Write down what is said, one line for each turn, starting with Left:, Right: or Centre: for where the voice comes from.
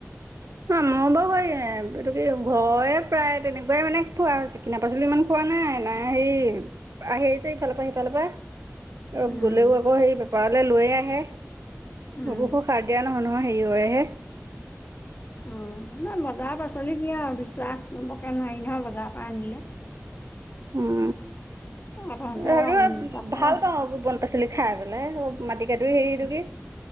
Right: অ' মই বাৰু এইতো কি ঘৰে প্ৰায় তেনেকুৱাই মানে খোৱা হৈছে কিনা পাচলি ইমান খোৱা মানে নাই হেৰি আহিছে ইফালৰ পৰা সিফালৰ পৰা। অ'
Left: উম
Right: গলেও আকৌ সেই বেপাৰলৈ লৈয়ে আহে সেইবোৰতো
Left: উম
Right: সাৰ দিয়া নহয় নহয়। অ' হেৰি হয়হে।
Left: অ' নাই বজাৰৰ পাচলি কি আৰু বিশ্বাস কৰিবকে নোৱাৰি নহয় বজাৰৰ পৰা আনিলে।
Right: উম।
Left: <unintelligible>
Right: আৰু
Left: উম তাতে
Right: ভাল পাওঁ বন পাচলি খাই পেলাই মাটি কাটোৰি হেৰিটো কি